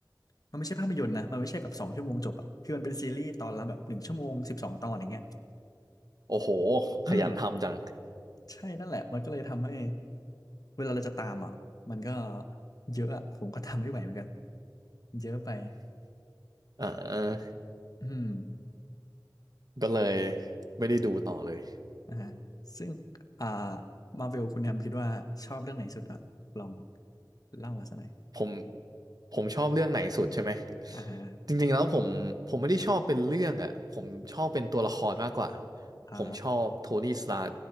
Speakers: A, on the left; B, on the right.
A: มันไม่ใช่ภาพยนตร์นะมันไม่ใช่แบบสองชั่วโมงจบอะคือมันเป็นซีรีส์ตอนละแบบหนึ่งชั่วโมงสิบสองตอนอย่างเงี้ย
B: โอ้โหขยันทำจัง
A: อืม ใช่นั่นแหละมันก็เลยทำให้เวลาเราจะตามอ่ะมันก็เยอะอ่ะผมก็ทำไม่ไหวเหมือนกันเยอะไป
B: เออ
A: อืม
B: ก็เลยไม่ได้ดูต่อเลย
A: อ่าฮะซึ่งอ่ามาเวลคุณแฮมคิดว่าชอบเรื่องไหนสุดอ่ะลองเล่ามาสักหน่อย
B: ผมผมชอบเรื่องไหนสุดใช่ไหม
A: อ่าฮะ
B: จริงๆแล้วผมผมไม่ได้ชอบเป็นเรื่องอ่ะผมชอบเป็นตัวละครมากกว่า
A: อ่า
B: ผมชอบโทนี่สตาร์